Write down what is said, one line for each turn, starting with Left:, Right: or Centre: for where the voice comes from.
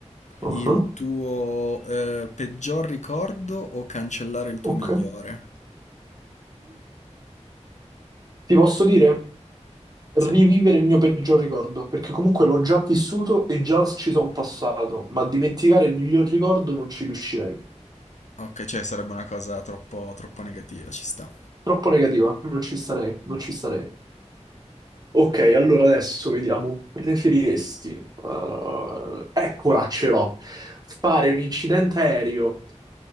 Right: Uh-huh,
Left: il tuo eh, peggior ricordo o cancellare il tuo
Right: Ok.
Left: migliore?
Right: Ti posso dire,
Left: Sì.
Right: rivivere il mio peggior ricordo, perché comunque l'ho già vissuto e già ci sono passato, ma dimenticare il miglior ricordo non ci riuscirei.
Left: Ok, cioè sarebbe una cosa troppo, troppo negativa, ci sta.
Right: Troppo negativa, non ci starei, non ci starei. Ok, allora adesso vediamo. Preferiresti, eh, eccola, ce l'ho. Fare un incidente aereo